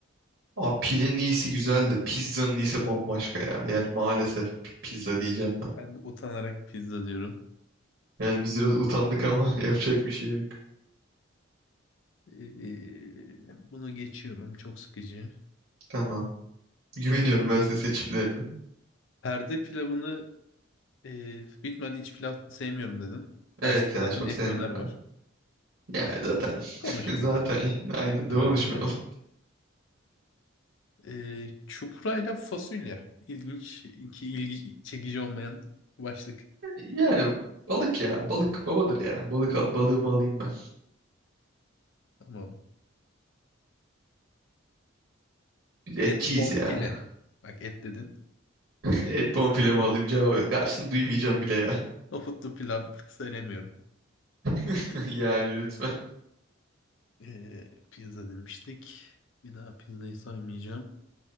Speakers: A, on the right (about 65°); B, on the left (about 65°).
A: Abi pidenin iyisi güzeldi. Pizzanın iyisi bambaşka ya. Yani maalesef p- pizza diyeceğim ben.
B: Ben de utanarak pizza diyorum.
A: Yani biz biraz utandık ama <laughs> yapacak bir şey yok.
B: Ee, bunu geçiyorum. Çok sıkıcı.
A: Tamam. Güveniyorum ben senin seçimlerine.
B: Perde pilavını e, bitmedi iç pilav sevmiyorum dedin. Karşısında
A: Evet ya
B: zaten
A: çok
B: et
A: sevmiyorum
B: döner var.
A: Yani zaten <laughs>
B: Konuşmuyoruz.
A: zaten yani aynen
B: Et döner
A: de konuşmayalım.
B: babadır. Ee, çupra ile fasulye. İlginç, iki ilgi çekici olmayan başlık.
A: Yani balık ya. Balık babadır ya. Balık al- balığımı alayım ben.
B: Tamam.
A: Biz etçiyiz
B: Et bonfile.
A: ya.
B: Bak et dedin.
A: <laughs> Et bonfilemi alayım cevabı. Karşını duymayacağım bile ya.
B: Nohutlu pilav <laughs> söylemiyorum.
A: <laughs> Yani lütfen.
B: Ee, pizza demiştik. Bir daha pizzayı saymayacağım.